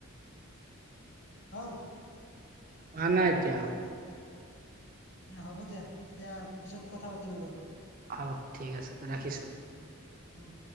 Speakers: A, on the left; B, on the right.
A: হ'ল।
B: হোৱা‌ নাই এতিয়াও
A: হ'ব দিয়া এতিয়া পিছত কথা পাতিম আৰু।
B: হ'ব, ঠিক আছে ৰাখিছো।
A: উম, উম,